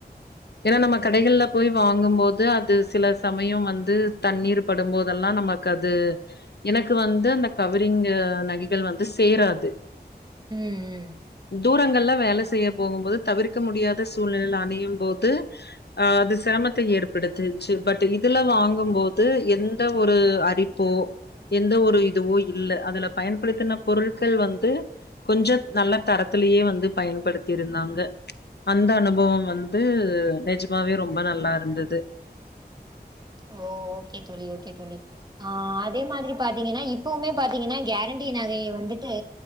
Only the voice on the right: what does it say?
ஓ!
ம் ம்
ஓ ஓகே தோழி ஓகே தோழி ஆ அதே மாதிரி பாத்திங்கனா இப்பவுமே பாத்திங்கனா கேரண்டி நகை வந்துட்டு